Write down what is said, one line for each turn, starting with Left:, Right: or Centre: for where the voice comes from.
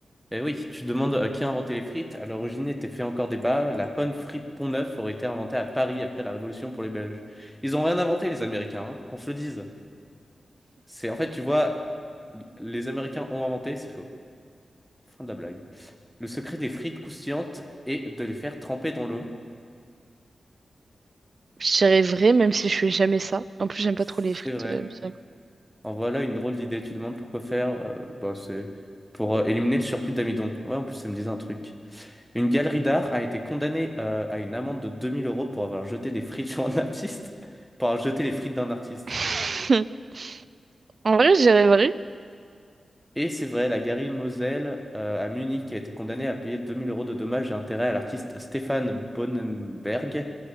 Centre: Eh oui, tu demandes à qui a inventé les frites. À l'origine était fait encore débat. La panne frite Pont-Neuf aurait été inventée à Paris après la Révolution pour les Belges. Ils ont rien inventé, les Américains, hein, qu'on se le dise. C'est en fait, tu vois, les Américains ont inventé, c'est faux. Fin de la blague. Le secret des frites croustillantes est de les faire tremper dans l'eau.
Right: Je dirais vrai, même si je fais jamais ça. En plus, j'aime
Centre: C'est
Right: pas trop les frites.
Centre: vrai.
Right: euh, bien.
Centre: En voilà une drôle d'idée. Tu demandes pourquoi faire. euh, bah, c'est pour euh, éliminer le surplus d'amidon. Ouais, en plus, ça me disait un truc. Une galerie d'art a été condamnée euh, à une amende de 2000 euros pour avoir jeté des frites <laughs> sur un artiste, <laughs> pour avoir jeté les frites d'un artiste.
Right: <laughs> En vrai, je dirais vrai.
Centre: Et c'est vrai, la galerie Moselle euh, à Munich a été condamnée à payer 2000 euros de dommages et intérêts à l'artiste Stéphane Bonenberg,